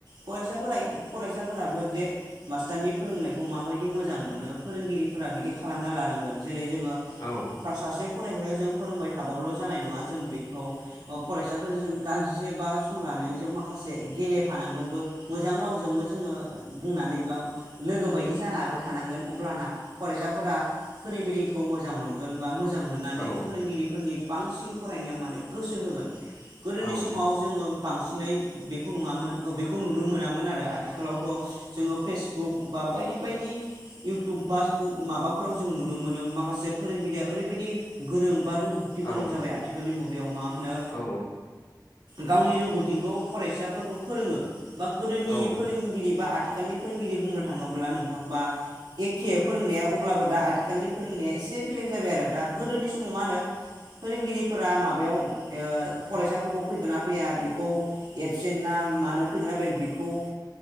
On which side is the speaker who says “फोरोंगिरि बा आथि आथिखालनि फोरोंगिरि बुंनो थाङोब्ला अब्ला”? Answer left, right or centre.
Right